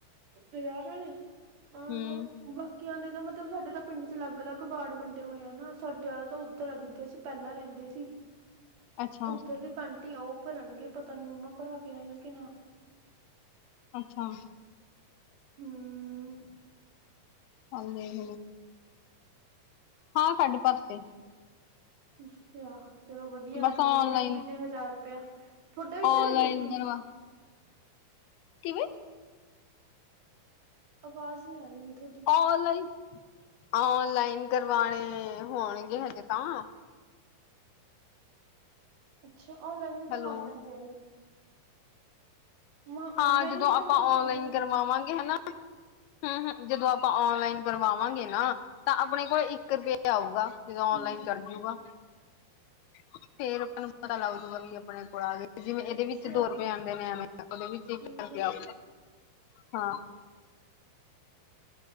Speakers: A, on the right; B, on the left.
A: ਹਜ਼ਾਰ ਵਾਲੇ, ਅ
B: ਹੂੰ
A: ਵ ਕਿਆਂ ਦੇ ਤਾਂ ਮਤਲਬ ਸਾਡੇ ਤਾਂ ਪਿੰਡ ਵਿੱਚ ਅਲੱਗ-ਅਲੱਗ ਵਾਰਡ ਵੰਡੇ ਹੋਏ ਆ ਨਾ। ਸਾਡੇ ਆਲਾ ਤਾਂ ਉੱਧਰ ਆ ਜਿੱਦੇ ਅਸੀਂ ਪੈਲਾਂ ਰਹਿੰਦੇ ਸੀ
B: ਅੱਛਾ
A: ਉੱਧਰਲੇ ਕਾਂਟੀ ਆ ਉਹ ਭਰਨਗੇ ਪਤਾ ਨੀ ਮੰਮਾ ਭਰਾ ਕੇ ਆਏਂ ਆਂ ਕਿ ਨਾ
B: ਅੱਛਾ
A: ਹਮਅਅ।
B: ਚੱਲ ਦੇਖ ਹਾਂ ਸਾਡੇ ਭਰਤੇ
A: ਅੱਛਾ ਚਲੋ ਵਧੀਆ
B: ਬਸ
A: ਆ ਜਾਣਗੇ
B: ਔਨਲਾਈਨ
A: ਹਾਏ ਮਹੀਨੇ ਹਜ਼ਾਰ ਰੁਪਆ ਤੁਹਾਡਾ ਵੀ
B: ਔਨਲਾਈਨ
A: ਭਰਿਆ ਗਿਆ ਦੀਦੀ
B: ਕਰਵਾ ਕਿਵੇਂ
A: ਆਵਾਜ਼ ਨਹੀਂੀ ਆ ਰਹੀ ਤੁਹਾਡੀ
B: ਔਲਾਈ ਆਨਲਾਈਨ ਕਰਵਾਣੇ ਹੋਣਗੇ ਹਜੇ ਤਾਂ
A: ਅੱਛਾ ਔਨਲਾਈਨ ਵੀ ਕਰਵਾਉਣੇ
B: ਹੈਲੋ
A: ਪੈਂਦੇ ਆ ਇਹ ਮ
B: ਹਾਂ
A: ਔਨਲਾਈਨ
B: ਜਦੋਂ
A: ਵੀ ਕਰਵਾਉਣੇ
B: ਆਪਾਂ ਔਨਲਾਈਨ
A: ਪੈਂਦੇ ਆ
B: ਕਰਵਾਵਾਂਗੇ ਹਨਾ ਹਮ ਹ ਜਦੋਂ ਆਪਾਂ ਓਨਲਾਈਨ ਕਰਵਾਵਾਂਗੇ ਨਾ ਤਾਂ ਆਪਣੇ ਕੋਲ ਇੱਕ ਰੁਪਏ ਆਊਗਾ ਜਦੋਂ ਔਨਲਾਈਨ
A: ਹਮ
B: ਕਰਜੂਗਾ ਫੇਰ ਆਪਾਂ ਨੂੰ ਪਤਾ ਲੱਗ ਜੂਗਾ ਵੀ ਆਪਣੇ ਕੋਲ ਆ ਗ ਜਿਵੇਂ ਇਹਦੇ
A: ਅੱਛਾ
B: ਵਿੱਚ ਦੋ ਰੁਪਏ ਆਉਂਦੇ ਨੇ ਐਵੇਂ ਉਹਦੇ ਵਿੱਚ
A: ਠੀਕ
B: ਇੱਕ ਰੁਪਆਗਾ ਹਾਂ